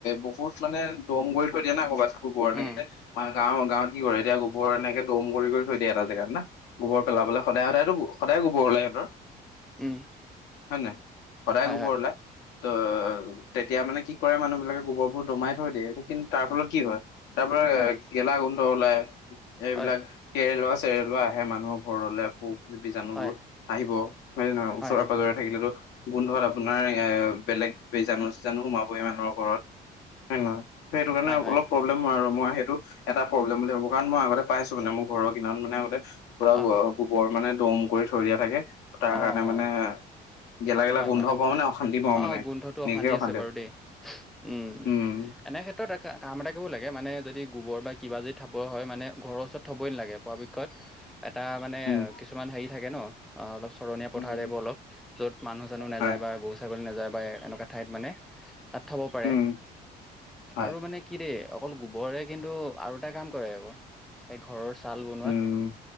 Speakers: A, on the left; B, in the centre.
A: বহুত মানে দম কৰি থৈ দিয়া না ক'ৰবাত। গোবৰ এনেকে
B: উম
A: মানে গাঁৱৰ গাঁৱত কি কৰে এতিয়া গোবৰ এনেকে দম কৰি-কৰি <unintelligible> থৈ দিয়ে এটা জেগাত না। গোবৰ পেলাবলৈ সদায় সদায়তো সদায় গোবৰ ওলাই সিহঁতৰ। <unintelligible>
B: উম
A: হয় নাই? সদায়
B: হয়
A: গোবৰ ওলাই? <unintelligible> তহ তেতিয়া মানে কি কৰে মানুহ বিলাকে গোবৰবোৰ দমাই থৈ দিয়ে এইটো <unintelligible> কিন্তু তাৰ ফলত কি হয় তাৰ পৰা
B: হয়
A: গেলা গোন্ধ ওলাই এইবিলাক
B: হয়
A: <unintelligible> কেৰেলোৱা-চেৰেলোৱা আহে মানুহৰ ঘৰলৈ পোক <unintelligible> বীজণুবোৰ
B: হয়
A: আহিব হয় নে নহয়?
B: হয়
A: ওচৰে-পাজৰে
B: হয়
A: থাকিলেতো। <unintelligible> গোন্ধত আপোনাৰ এ বেলেগ বীজাণু-চিজানু সোমাবহি মানুহৰ ঘৰত। <unintelligible> হয় নে নহয়? সেইটো কাৰণে
B: হয় হয়
A: অলপ প্ৰব্লেম আৰু মই সেইটো এটা প্ৰব্লেম বুলি ভাবোঁ কাৰণ মই আগতে পাইছোঁ। <unintelligible> মানে মোৰ ঘৰৰ কিনাৰত মানে আগতে পুৰা
B: অঁ
A: গোবৰ মানে দম কৰি থৈ দিয়া থাকে। <unintelligible> তাৰ
B: অঁ
A: কাৰণে
B: অঁ
A: মানে <unintelligible> গেলা-গেলা
B: হয়
A: গোন্ধ
B: হয়
A: পাওঁ মানে, অশান্তি পাওঁ
B: অঁ
A: মানে,
B: গোন্ধটো
A: নিজে অশান্তি
B: আছে বাৰু
A: <unintelligible>
B: দেই উম!
A: উম
B: এনে ক্ষেত্ৰত কাম এটা কৰিব লাগে মানে যদি গোবৰ বা <unintelligible> কিবা যদি থব হয় মানে ঘৰৰ ওচৰত থ'বই নালাগে পৰাপক্ষত এটা মানে <unintelligible>
A: উম
B: কিছুমান হেৰি থাকে ন অঁ অলপ <unintelligible> ধৰণীয়া
A: উম
B: পথাৰ আহিব অলপ য'ত মানুহ-চানুহ নাযায়
A: হয়
B: বা গৰু-ছাগলী নাযায় বা এনেকুৱা ঠাইত মানে <unintelligible> তাত থব পাৰে
A: উম হয়
B: আৰু মানে <unintelligible> কি দেই অকল গোবৰে কিন্তু আৰু এটা কাম কৰে এইবোৰ এই ঘৰৰ <unintelligible> ছাল বনোৱাত,
A: উম